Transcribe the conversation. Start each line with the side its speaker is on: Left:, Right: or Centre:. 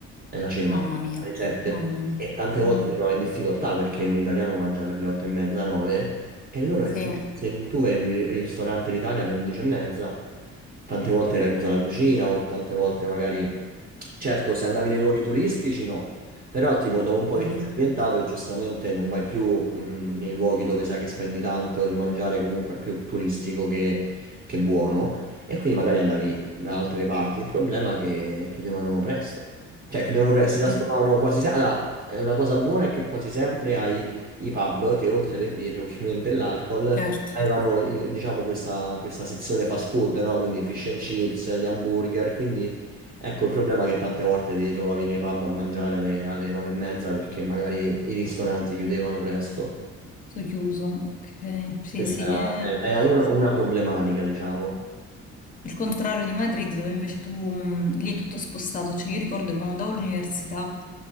Right: è la cena,
Left: Mamma mia,
Right: alle 7.
Left: mamma mia.
Right: E tante volte
Left: Mm,
Right: mi trovo in difficoltà perché un italiano mangia per le 8 e mezza, 9. E loro
Left: sì,
Right: è tipo, se tu vai al ristorante in Italia alle 11 e mezza, tante volte era chiusa la cucina o tante volte magari... Certo, se andavi nei luoghi turistici no, però tipo dopo
Left: ok.
Right: un po' che ti sei ambientato giustamente non vai più mh, nei luoghi dove sai che spendi tanto e il mangiare comunque è più turistico che, che buono e quindi magari andavi da altre parti. Il problema è che chiudevano presto, cioè chiudevano presto, si trasformavano
Left: Mm,
Right: quasi sempre... Allora, è una cosa buona è che quasi sempre hai i pub che oltre alle birre ovviamente e l'alcol
Left: certo.
Right: avevano il- diciamo questa, questa sezione fast food, no? Quindi fish and chips, gli hamburger, quindi ecco il problema è che tante volte ti trovavi nei pub a mangiare alle, alle nove e mezza perché magari i ristoranti chiudevano presto.
Left: Tutto chiuso, ok. Sì,
Right: Questa
Left: sì, è
Right: era, era una,
Left: sì.
Right: una problematica, diciamo.
Left: Il contrario di Madrid, dove invece tu mh, lì è tutto spostato. Cioè, io ricordo quando andavo all'università,